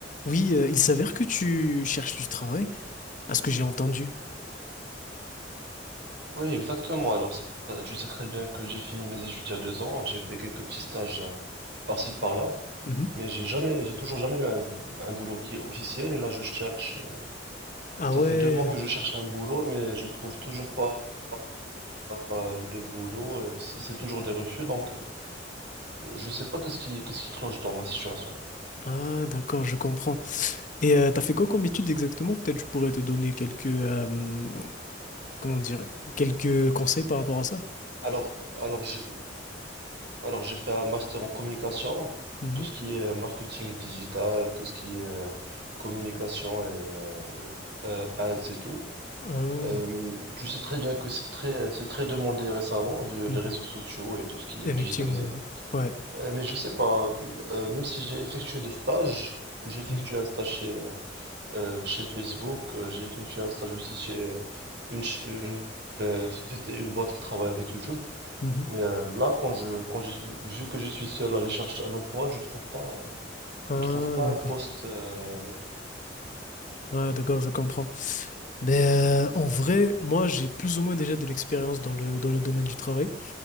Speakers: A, on the left; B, on the right.
A: Oui, euh, il s'avère que tu cherches du travail, à ce que j'ai entendu.
B: Oui, exactement. Alors, ça- tu sais très bien que j'ai fini mes études il y a deux ans. J'ai fait quelques petits stages euh, par-ci, par-là.
A: Mhm.
B: Mais j'ai jamais, j'ai toujours jamais eu un, un boulot qui est officiel. Et là, je cherche. euh,
A: Ah
B: Ça
A: ouais,
B: fait deux mois que je cherche un boulot, mais je trouve toujours pas euh, de boulot. euh, C'est c'est toujours des refus. Donc, euh, je sais pas qu'est-ce qui, qu'est-ce qui cloche dans ma situation.
A: ah d'accord, je comprends. Et euh, t'as fait quoi comme étude exactement? Peut-être je pourrais te donner quelques, euh, comment dire, quelques conseils par rapport à ça.
B: Alors, alors, je Alors j'ai fait un master en communication,
A: Mhm.
B: tout ce qui est euh, marketing digital, tout ce qui est euh, communication et euh, euh, ads et tout.
A: Ah,
B: Euh, tu sais très bien que c'est très, c'est très demandé récemment, vu
A: mhm.
B: les réseaux sociaux et tout ce qui
A: Effectivement,
B: est digitalisé.
A: ouais. Ouais.
B: Euh, mais je sais pas, euh, même si j'ai effectué des stages, j'ai effectué
A: Mhm.
B: un stage chez, euh, euh, chez Facebook, euh, j'ai effectué un stage aussi chez euh, une, ch- une, euh, société- une boîte qui travaille avec YouTube.
A: Mhm.
B: Mais euh, là, quand je, quand je, vu que je suis seul, là, je cherche un emploi, je trouve pas,
A: Ah
B: je trouve pas
A: d'accord.
B: un poste. euh,
A: Ah d'accord, je comprends. Ben, en vrai, moi j'ai plus ou moins déjà de l'expérience dans le, dans le domaine du travail.